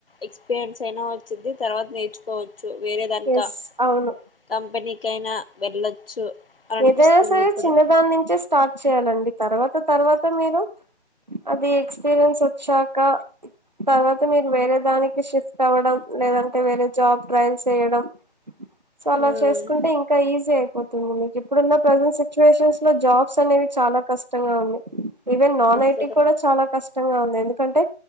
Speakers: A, on the left; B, on the right.
A: ఎక్స్పీరియన్స్ అయినా చిద్ది తర్వాత నేర్చుకోవచ్చు వేరే దానిక
B: ఎస్ అవును
A: కంపెనీ కైనా వెళ్ళొచ్చు అని అనిపిస్తుంది
B: ఏదైనా సరే
A: ఇప్పుడు
B: చిన్న దాన్ని నుంచే స్టార్ట్ చేయాలండి తర్వాత తర్వాత మీరు అది ఎక్స్పీరియన్స్ వచ్చాక తర్వాత మీరు వేరే దానికి షిఫ్ట్ అవ్వడం లేదంటే వేరే జాబ్ ట్రైల్స్ వేయడం సో అలా
A: ఉమ్
B: చేసుకుంటే ఇంకా ఈజీ అయిపోతుంది మీకు ఇప్పుడున్న ప్రజెంట్ సిచ్యువేషన్స్ లో జాబ్స్ అనేవి చాలా కష్టంగా ఉంది ఈవెన్ నాన్
A: అస్సలు
B: ఐటీ కూడా చ చాలా కష్టంగా ఉంది ఎందుకంటే